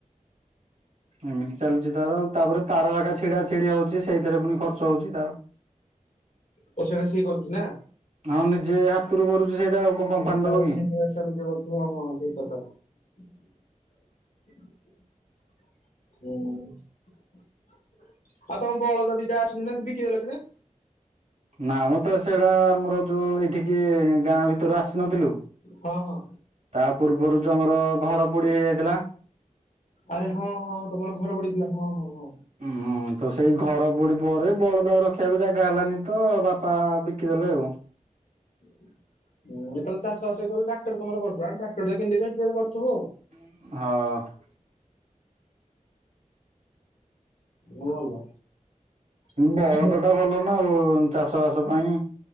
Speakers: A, on the right; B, on the left.
A: ଏମିତି ଚାଲିଛି ତାର ଆଉ ତାପରେ ତାର ଏକା ଛିଡା ଛିଡି ହଉଛି ସେଇଥିରେ ପୁଣି ଖର୍ଚ୍ଚ ହଉଛି ତାର।
B: ଓ ସେଇଟା ସିଏ କରୁଚି ନା?
A: ହଁ ନିଜେ ହାତରୁ କରୁଚି ସେଇଟା ଆଉ। କଣ
B: <unintelligible>
A: କମ୍ପାନୀ ଦବ କି?
B: ହଁ ହଁ ଠିକ କଥା। ହୁଁ। ଆଉ ତୋମ ବଳଦ ଦିଟା ଆସି ନା ତ ବିକି ଦେଲ କି ନା?
A: ନା ମୁଁ ତ ସେଇଟା ଆମର ଯୋଉ ଏଇଠିକି ଗାଁ ଭିତରୁ ଆସିନଥିଲୁ।
B: ହଁ, ହଁ।
A: ତା ପୂର୍ବରୁ ତ ଆମର ଘର ବୁଡି ହେଇଯାଇଥିଲା।
B: ଆରେ ହଁ, ହଁ, ହଁ ତୋମର ଘର ବୁଡିିଥିଲା ହଁ, ହଁ, ହଁ।
A: ହୁଁ ତ ସେଇ ଘର ବୁଡି ପରେ ବଳଦ ଆଉ ରଖିବାକୁ ଜାଗା ହେଲାନି ତ ବାପା ବିକିଦେଲେ ଆଉ।
B: <unintelligible> ଯେତେବେଳେ ଚାଷବାସ ଯତେଳେ ଟ୍ରାକ୍ଟର୍ ତୋମର କରୁଚ ଆଁ ଟ୍ରାକ୍ <unintelligible> କେମତି ଟ୍ରାକ୍ଟର କରିଥୁବ।
A: ହଁ।
B: ଭଲ। ଆଉ
A: ବଳଦ
B: ବିଲ-
A: ଟା ଭଲ ନା ଆଉ ଚାଷ ବାସ ପାଇଁ।